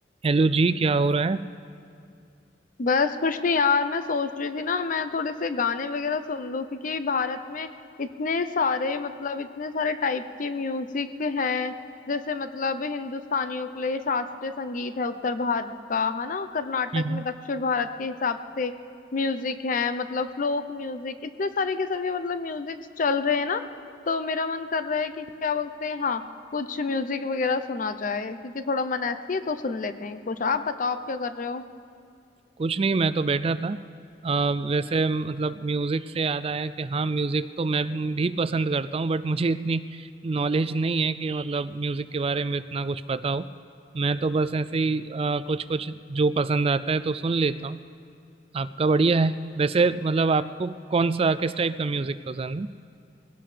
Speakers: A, on the right; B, on the left.
A: हेलो जी क्या हो रहा है
B: बस कुछ नहीं यार मैं सोच रही थी ना मैं थोड़े से गाने वगैरह सुन लूं क्योंकि भारत में इतने सारे मतलब इतने सारे टाइप के म्यूजिक हैं जैसे मतलब हिंदुस्तानियों के लिए शास्त्रीय संगीत है उत्तर भारत का है ना कर्नाटक
A: हम्म।
B: में दक्षिण भारत के हिसाब से म्यूजिक है मतलब फ्लोक म्यूजिक इतने सारे किस्म के मतलब म्यूजिक चल रहे हैं ना तो मेरा मन कर रहा है कि क्या बोलते हैं हाँ कुछ म्यूजिक वगैरह सुना जाए क्योंकि थोड़ा मन ऐसी है तो सुन लेते हैं कुछ आप बताओ आप क्या कर रहे हो
A: कुछ नहीं मैं तो बैठा था अ, वैसे मतलब म्यूजिक से याद आया कि हाँ म्यूजिक तो मैं भी पसंद करता हूँ बट मुझे इतनी नॉलेज नहीं है कि मतलब म्यूजिक के बारे में इतना कुछ पता हो मैं तो बस ऐसे ही कुछ कुछ जो पसंद आता है तो सुन लेता हूँ आपका बढ़िया है वैसे मतलब आपको कौन सा किस टाइप का म्यूजिक पसंद है